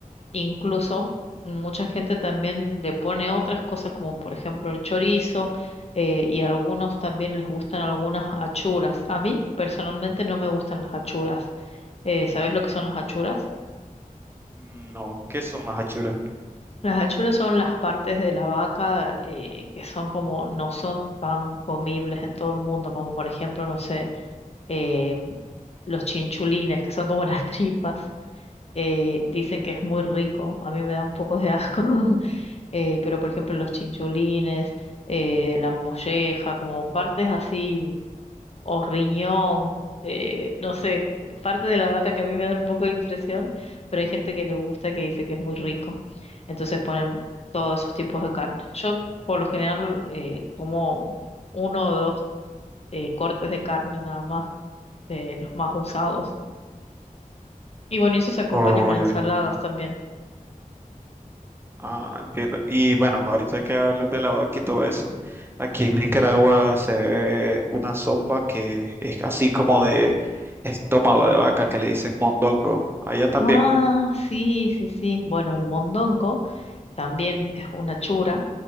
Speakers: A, on the left (about 45°); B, on the right (about 15°).
A: incluso mucha gente también le pone otras cosas como por ejemplo el chorizo eh, y a algunos también les gustan algunas achuras. A mí personalmente no me gustan las achuras. Eh, ¿sabes lo que son las achuras?
B: no, ¿qué son las achuras?
A: Las achuras son las partes de la vaca eh, que son como, no son tan comibles en todo el mundo, como por ejemplo, no sé, eh, los chinchulines, que son como <laughs> las tripas, eh, dicen que es muy rico, a mí me da un poco de asco, <laughs> eh, pero por ejemplo los chinchulines, eh, la molleja, como partes así o riñón, eh, no sé, parte de la vaca que a mí me da un poco de impresión, pero hay gente que le gusta, que dice que es muy rico. Entonces ponen todos esos tipos de carne. Yo por lo general eh, como uno o dos eh, cortes de carne nada más, eh, los más usados. Y bueno, y eso se acompaña
B: Oh,
A: con
B: ya,
A: ensaladas
B: ya.
A: también.
B: Ah, entiendo. Y bueno, ahorita que hablas de la vaca y todo eso, aquí en Nicaragua se ve una sopa que es así como de estómago de vaca que le dicen mondongo. Allá también.
A: Ah, sí, sí, sí. Bueno, el mondongo también es una chura